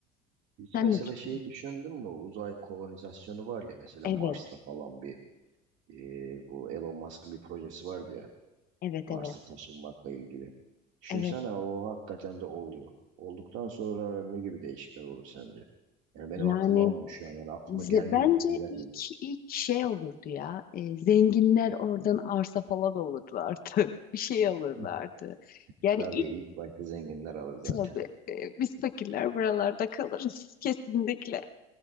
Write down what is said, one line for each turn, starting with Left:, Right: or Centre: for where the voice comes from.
Right: Hiç
Left: Sen
Right: mesela
Left: ne düşün-
Right: şeyi düşündün mü? Uzay kolonizasyonu var ya mesela
Left: Evet,
Right: Mars'ta falan bir e, bu Elon Musk'ın bir projesi vardı ya.
Left: evet,
Right: Mars'a
Left: evet,
Right: taşınmakla ilgili. Düşünsene
Left: evet.
Right: o hakikaten de oluyor. Olduktan sonra ne gibi değişiklikler olur sence? Yani benim
Left: Yani
Right: aklım almıyor şu an. Yani aklıma
Left: ze-
Right: gelmeyecek
Left: bence
Right: şeyler
Left: ilk
Right: geliyor.
Left: ilk şey olurdu ya. e, zenginler oradan arsa falan olurlardı. <laughs> Bir şey alırlardı.
Right: <laughs>
Left: Yani
Right: Tabii ilk başta zenginler alır zaten.
Left: Tabii e, biz fakirler buralarda kalırız <laughs> kesinlikle.